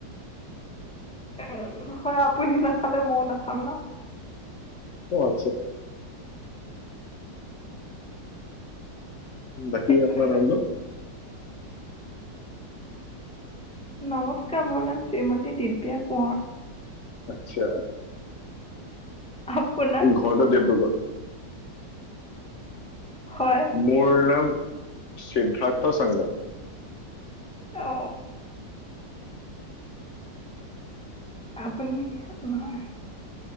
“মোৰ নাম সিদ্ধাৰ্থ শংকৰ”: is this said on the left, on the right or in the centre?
Left